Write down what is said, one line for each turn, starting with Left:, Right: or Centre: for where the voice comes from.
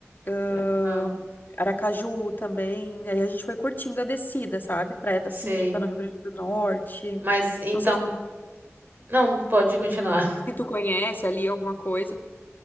Left: ahn,
Right: Legal.
Left: Aracaju também. Aí a gente foi curtindo a descida, sabe? Praia da
Right: Sei.
Left: Pipa, no Rio Grande do Norte.
Right: Mas então,
Left: Não sei
Right: não, pode continuar.
Left: se tu conhece ali alguma coisa.